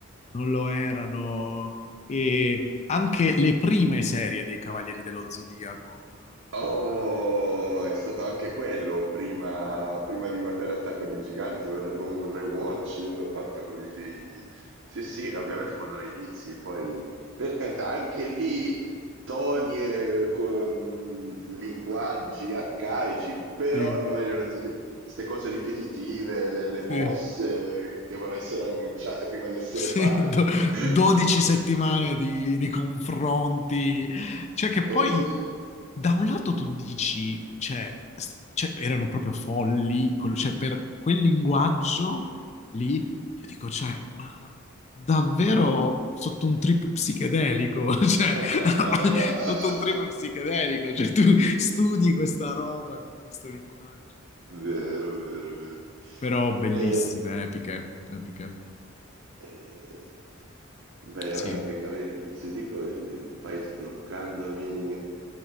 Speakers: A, on the left (about 30°); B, on the right (about 60°).
A: non lo erano. E anche le prime serie dei Cavalieri dello Zodiaco. eh,
B: Oh, è stato anche quello prima, prima di guardare Attacco dei Giganti, un re- un rewatch fatto con i figli. Sì, sì, ovviamente quando le inizi, poi per carità, anche lì toni e co- mh, linguaggi arcaici, però
A: <laughs> Sì,
B: il Cavaliere dello Zodiaco, queste cose ripetitive delle mosse
A: sì.
B: che devono essere annunciate prima di essere
A: Sì,
B: fatte.
A: do-
B: <laughs>
A: 12 settimane di, di confronti, cioè che poi
B: Oddio.
A: da un lato tu dici, cioè, st- cioè, erano proprio folli, col- cioè per quel linguaggio lì, io dico, cioè, ma davvero sotto un trip psichedelico, <laughs> cioè,
B: <laughs>
A: <laughs> sotto un trip psichedelico, cioè tu studi questa roba con questo linguaggio,
B: Vero, vero, vero.
A: però bellissime,
B: E,
A: epiche, epiche,
B: e- beh,
A: sì.
B: ora coi Cavalieri del Zodiaco eh, vai sbloccandomi